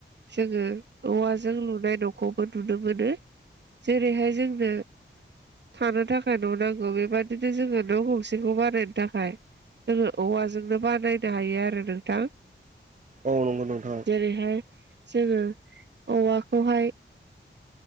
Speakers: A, on the right; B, on the right.
A: जोङो औवाजों लुनाय न'खौबो नुनो मोनो जेरैहाय जोंनो थानो थाखाय न' नांगौ बेबादिनो जोङो न' गंसेखौ बानायनो थाखाय जोङो औवाजोंनो बानायनो हायो आरो नोंथां।
B: औ नंगौ नोंथां।
A: जेरैहाय जोङो औवाखौहाय